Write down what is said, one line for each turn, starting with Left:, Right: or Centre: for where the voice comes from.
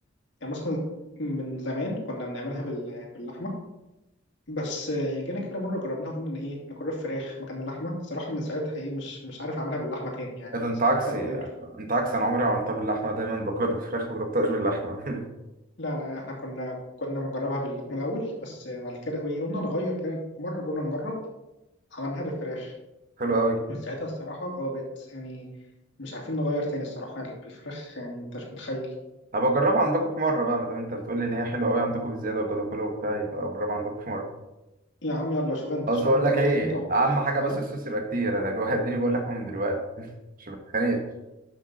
Left: يعني مثلا من زمان كنا بنعملها بال- باللحمه بس آه، جينا كده مره جربناها قلنا ان ايه نجرب فراخ مكان اللحمه صراحه من ساعتها ايه مش مش عارف اعملها باللحمه تاني يعني
Right: إيه ده
Left: من
Right: انت
Left: ساعتها
Right: عكسي
Left: ولا بالفراخ
Right: انت عكسي انا عمري ما عملتها باللحمه دايما باكلها بالفراخ ما جربتهاش باللحمه <laughs>
Left: لا لا احنا كنا كنا بنجربها باللحمه الاول بس آه، بعد كده ايه قلنا نغير كده مره قلنا نجرب عملناها بالفراخ
Right: حلو قوي
Left: من ساعتها الصراحه اه بقت يعني مش عارفين نغير تاني الصراحه يعني بالفراخ يعني انت مش متخيل
Right: هبقى اجربها عندكم في مره بقى ما دام انت بتقول لي ان هي حلوه قوي عندكم بزياده وكده كله وبتاع يبقى اجربها عندكم في مره
Left: يا عم يلا شوف انت
Right: بس
Left: شوف
Right: بقول
Left: انت
Right: لك
Left: فاضي
Right: ايه
Left: امتى وتعالى
Right: اهم حاجه بس الصوص يبقى كتير انا جوه <laughs> اديني بقول لك من دلوقتي <laughs> مش بتخانق